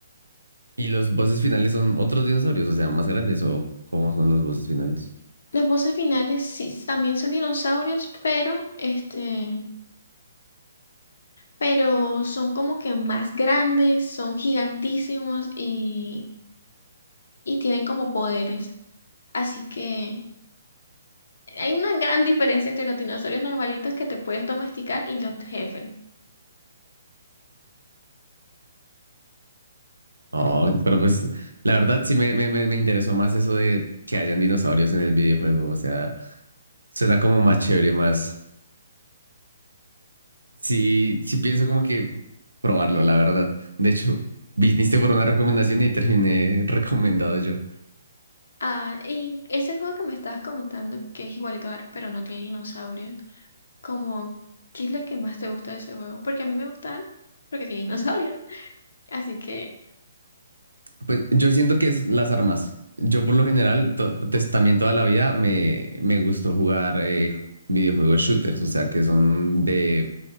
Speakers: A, on the right; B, on the left.
A: Y los voces finales son otros dinosaurios, o sea, más grandes, o cómo son los voces finales.
B: Los voces finales sí también son dinosaurios, pero este, pero son como que más grandes, son gigantísimos y, y tienen como poderes. Así que Hay una gran diferencia entre los dinosaurios normalitos que te puedes domesticar y los jefes.
A: Oh, pero pues la verdad sí me, me, me me interesó más eso de que hayan dinosaurios en el videojuego, o sea, suena como más chévere, más. Sí, sí pienso como que probarlo, la verdad. De hecho, viniste por una recomendación y terminé <laughs> recomendado yo.
B: Ah, y ese juego que me estabas comentando, que es igualito a Ark, pero no tiene dinosaurios, como, ¿qué es lo que más te gusta de ese juego? Porque a mí me gusta Ark, porque tiene dinosaurios. Así que,
A: Pues yo siento que es las armas. Yo por lo general, to- pues, también toda la vida me, me gustó jugar eh, videojuegos shooters, o sea, que son de,